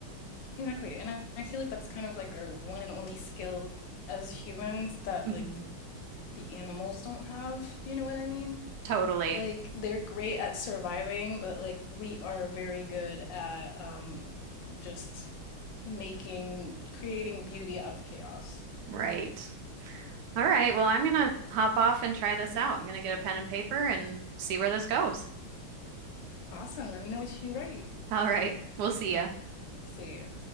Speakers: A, on the left; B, on the right.
A: Exactly. And I, I feel like that's kind of like our one and only skill as humans that
B: Mhm.
A: like the animals don't have. You know what I mean?
B: Totally.
A: Like they're great at surviving, but like we are very good at um, just making, creating beauty out of chaos.
B: Right. All right. Well, I'm gonna hop off and try this out. I'm gonna get a pen and paper and see where this goes.
A: Awesome. Let me know what you write.
B: All right. We'll see ya.
A: See ya.